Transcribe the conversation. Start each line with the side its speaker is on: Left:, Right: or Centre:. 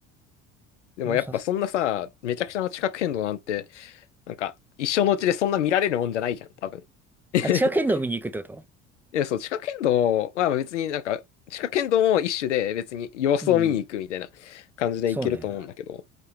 Left: でもやっぱそんなさ、
Centre: もうさ、<laughs>
Left: めちゃくちゃな地殻変動なんて、なんか、一生のうちでそんな見られるもんじゃないじゃん、多分。<laughs>
Centre: あ、地殻変動見に行くってこと
Left: いや、そう、地殻変動は別になんか、地殻変動も一種で別に様子を見に行くみたいな感じでいけると思うんだけど、
Centre: うん。そうね。